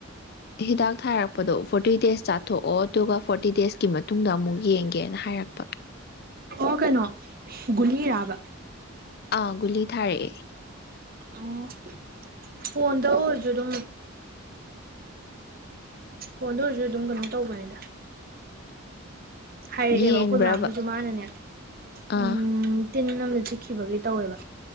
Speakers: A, on the left; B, on the right.
A: ꯍꯤꯗꯥꯛ ꯊꯥꯔꯛꯄꯗꯣ ꯐꯣꯔꯇꯤ ꯗꯦꯖ ꯆꯥꯊꯣꯛꯑꯣ ꯑꯗꯨꯒ ꯐꯣꯔꯇꯤ ꯗꯦꯖꯀꯤ ꯃꯇꯨꯡꯗ ꯑꯃꯨꯛ ꯌꯦꯡ ꯒꯦꯅ ꯍꯥꯏꯔꯛꯄ
B: ꯑꯣ ꯀꯩꯅꯣ ꯀꯨꯂꯤꯔꯥꯕ
A: ꯑꯒꯂꯤ ꯊꯥꯔꯦ
B: ꯑꯣ ꯐꯣꯟꯣꯟꯗ ꯍꯗꯣ ꯐꯣꯟꯗ ꯑꯣꯏꯔꯁꯨ ꯑꯗꯨꯝ ꯀꯩꯅꯣ ꯇꯧꯕꯅꯤꯗ ꯍꯥꯏꯔꯛꯑꯦꯕ
A: ꯌꯦꯡꯕ꯭ꯔꯕ
B: ꯑꯩꯈꯣꯏ ꯃꯥꯥꯗꯨꯁꯨ ꯃꯥꯅꯅꯦ
A: ꯑꯥ
B: ꯎꯝ ꯇꯤꯟ ꯑꯃꯝꯗ ꯆꯤꯠꯈꯤꯕꯒꯤ ꯇꯧꯋꯦꯕ